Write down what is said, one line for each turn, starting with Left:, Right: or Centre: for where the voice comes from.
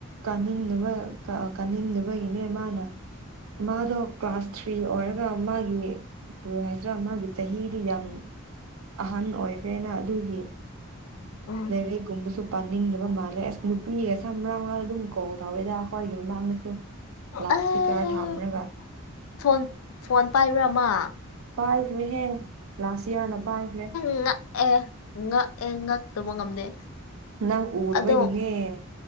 Right: ꯀꯥꯅꯤꯡꯕ ꯀꯥꯅꯤꯡꯗꯕꯒꯤꯅꯦ ꯃꯥꯅ ꯃꯥꯗꯣ ꯀ꯭ꯂꯥꯁ ꯊ꯭ꯔꯤ ꯑꯣꯏꯔꯒ ꯃꯥꯒꯤ ꯀꯔꯤ ꯍꯥꯏꯁꯤꯔꯥ ꯃꯥꯒꯤ ꯆꯍꯤꯗꯤ ꯌꯥꯝ ꯑꯍꯟ ꯑꯣꯏꯈ꯭ꯔꯦꯅ ꯑꯗꯨꯒꯤ
Left: ꯎꯝ
Right: ꯂꯥꯢꯔꯤꯛꯒꯨꯝꯕꯁꯨ ꯄꯥꯅꯤꯡꯗꯕ ꯃꯥꯜꯂꯦ ꯑꯁ ꯅꯨꯄꯤ ꯑꯁ ꯃꯔꯥꯛ ꯃꯔꯥꯛ ꯑꯗꯨꯝ ꯀꯣꯜ ꯇꯧꯋꯦꯗ ꯈꯣꯏꯒꯤ ꯃꯃꯥꯡꯗꯁꯨ ꯂꯥꯎꯠ
Left: ꯑꯩ
Right: ꯁꯄꯤꯀꯔ ꯊꯥꯝꯔꯒ
Left: ꯐꯣꯟ ꯐꯣꯟ ꯄꯥꯏꯕ꯭ꯔꯥ ꯃꯥ
Right: ꯄꯥꯏꯈ꯭ꯔꯦꯍꯦ ꯂꯥꯁꯤꯌꯥꯅ ꯄꯥꯏꯈ꯭ꯔꯦ
Left: ꯉꯛꯑꯦ ꯑꯦ ꯉꯛꯑꯦ ꯉꯛꯇꯕ ꯉꯝꯗꯦ
Right: ꯅꯪ ꯎꯗꯕꯒꯤꯅꯦ
Left: ꯑꯗꯣ